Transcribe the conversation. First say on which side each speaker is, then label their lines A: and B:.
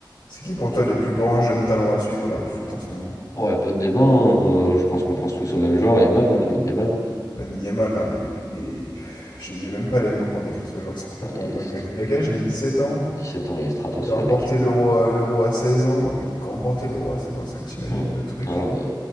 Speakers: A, on the left (about 75°); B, on the left (about 50°).
A: C'est qui pour toi les plus grands jeunes talents à suivre là au foot en ce moment?
B: Oh, y a pas de débat, hein, euh, je pense qu'on pense tous au même joueur, Yamal, hein, Lamine Yamal. hein.
A: Lamine Yamal, non mais il est... il est- J'ai j'ai même pas les mots pour décrire ce joueur, c'est complètement
B: Ah, il
A: dingue.
B: est
A: Il a, il a
B: Il
A: quel âge? Il a 17 ans,
B: il- a 17 ans, il est stratosphérique.
A: il a remporté l'euro à... l'euro à 16 ans. Non mais remporter l'euro à 16 ans, est-ce que tu imagines
B: Mm.
A: le truc?
B: Ah, mais...